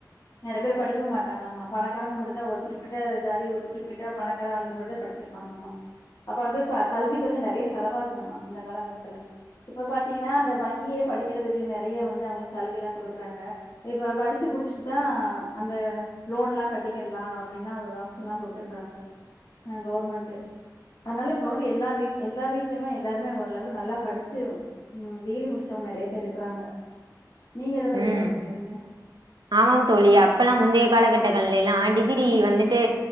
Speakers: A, on the left; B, on the right.
A: நிறைய பேர் படிக்க மாட்டாங்கள பணக்காரங்க மட்டுதா குறிப்பிட்ட ஜாதி ஒரு குறிப்பிட்ட பணக்கார ஆளு முடிாத படிச்சிருப்பாங்கள அப்ப வந்து கல்விக்கு வந்து நைய செலவா வச்சாமா அந்த காலகட்டத்துல இப்ப பாத்தீங்கன்னா அந்த வங்கியே படிக்கிறதுக்கு நிறைய வந்து அவங்களுக்கு சலுகை எல்லாம் கொடுக்கறாங்க இப்ப படிச்சு முடிச்சட்டுதா அந்த லோன் எல்லாம் கட்டிக்கலாம் அப்படின்ல்ல ஒரு ஆப்ஷன்ல்ல கொடுத்துருக்கறாங்க அ கவுர்மெண்ட் அதனால இப் எல்லா வீ எல்லா வீட்லயுமே எல்லாருமே ஓரளவுக்கு நல்லா படிச்சு உ டிகிரி முடிச்சவங்க நிறைய பேர் இருக்கிறாங்க நீங்க இதை பத்தி
B: ம்
A: என்ன சொல்றீங்க
B: ஆமாம் தோழி அப்பல்லாம் முந்தைய காலகட்டங்கள்ல எல்லாம் டிகிரி வந்துட்டு